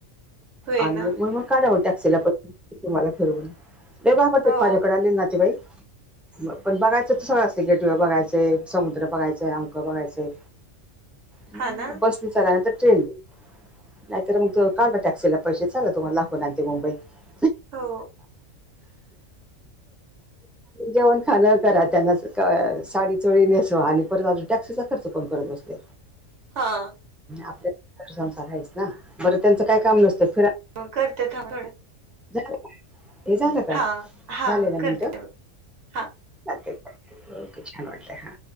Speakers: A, on the right; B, in the centre.
A: होय
B: आणि
A: ना
B: मग मग मग काढव टॅक्सीला पैसे तुम्हाला ठरवून ते वा परतेेत
A: हो
B: माझ्याकडे आले रे नातेवाईक पण बघायचं सगळासनी गेट वेल बघायचं समु कत्र बघायचंय अमकं बघायचय बसने
A: हा ना
B: पस्तीस हजारच ट्रेन नाहीतर मग त काढ टॅक्सीला पैसे चाल तुम्हाला लाखवून आणते मुंबईत
A: हो.
B: जेवण खाणं करा त्यांना साडी चोळी ने तो आणि परत अजून टॅक्सीचा खर्च कोण करत बसले
A: हा
B: आपल्या संसार आहेच ना बरं त्यांचं काय काम नसतं फि
A: करतात पण
B: झा हे झालं कर
A: हां, हां.
B: झालं ना मिनट
A: करते. हां.
B: के छान वाटलंय हा